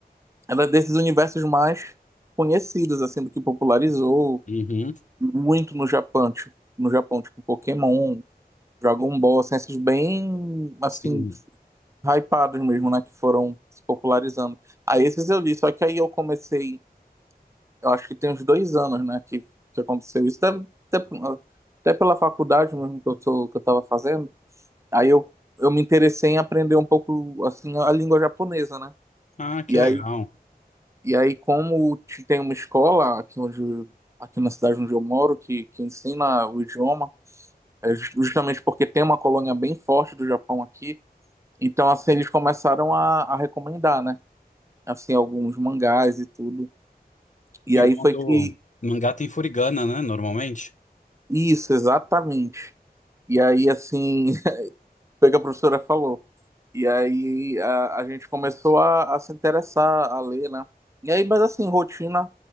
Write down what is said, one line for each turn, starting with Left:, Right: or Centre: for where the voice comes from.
Right: era desses universos mais conhecidos, assim, do que popularizou
Left: Uhum,
Right: muito no Japão, tipo, no Japão, tipo Pokémon, Dragon Ball, assim, esses bem, assim,
Left: sim.
Right: hypados mesmo, né, que foram se popularizando. Aí esses eu li, só que aí eu comecei eu acho que tem uns dois anos, né, que, que aconteceu isso. Até, até, até pela faculdade mesmo que eu tô, que eu tava fazendo. Aí eu, eu me interessei em aprender um pouco, assim, a língua japonesa, né?
Left: Ah, que
Right: E
Left: legal.
Right: aí, e aí como te- tem uma escola aqui onde, aqui na cidade onde eu moro que, que ensina o idioma, é ju- justamente porque tem uma colônia bem forte do Japão aqui, então, assim, eles começaram a, a recomendar, né? Assim, alguns mangás e tudo. E
Left: E
Right: aí
Left: o bom
Right: foi
Left: do
Right: que
Left: mangá tem furigana, né? Normalmente.
Right: Isso, exatamente. E aí, assim, <laughs> foi o que a professora falou. E aí a, a gente começou a, a se interessar, a ler, né? E aí, mas assim, rotina